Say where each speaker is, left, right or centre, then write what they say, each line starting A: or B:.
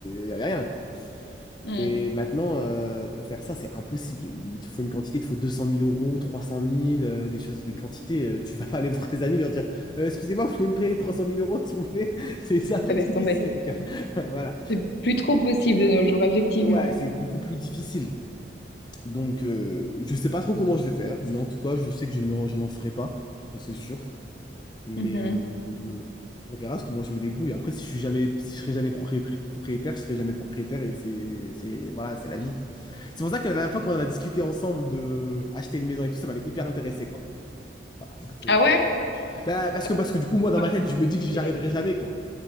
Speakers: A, on the left; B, on the left.
A: Il y avait rien, quoi.
B: Mm.
A: Et maintenant, euh, pour faire ça, c'est impossible. Il te faut une quantité, il te faut deux cent mille euros, 300 000, euh, des choses, des quantités. euh, tu vas pas aller <laughs> voir tes amis et leur dire Euh, Excusez-moi, vous pouvez me prêter trois cent mille euros, <laughs> s'il vous plaît? C'est c'est un peu
B: Ouais,
A: <laughs> difficile,
B: laisse tomber.
A: les gars. <laughs> Voilà.
B: C'est plus trop possible de nos jours, effectivement.
A: Ouais, c'est beaucoup plus difficile. Donc, euh, je sais pas trop comment je vais faire, mais en tout cas, je sais que je n'en, je n'en ferai pas, ça c'est sûr. Mais
B: Mhm.
A: euh, on verra ce- comment je me débrouille. Après, si je suis jamais, si je serai jamais propri- propriétaire, je serai jamais propriétaire et c'est, c'est, voilà, c'est la vie. C'est pour ça que la dernière fois, quand on a discuté ensemble de acheter une maison et tout, ça m'avait hyper intéressé, quoi. Voilà, c'était- euh,
B: Ah ouais?
A: bah, parce
B: Ah,
A: que,
B: mais
A: parce que du coup, moi, dans
B: moi,
A: ma
B: je
A: tête,
B: me suis
A: je me dis que
B: dit
A: j'y
B: des
A: arriverai
B: lacs.
A: jamais, quoi,